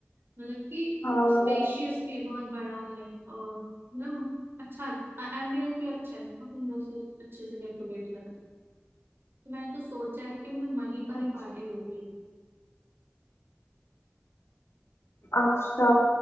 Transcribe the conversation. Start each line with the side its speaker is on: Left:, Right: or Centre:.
Right: मतलब कि
Left: हाँ
Right: स्पेशियस
Left: मैं
Right: भी बहुत बड़ा है और मतलब अच्छा एम्बियंस भी अच्छा है और इन से अच्छे से डेकोरेट करा तो मैंने तो सोचा है कि मैं वहीं पर
Left: अच्छा
Right: ही पार्टी लगी
Left: अच्छा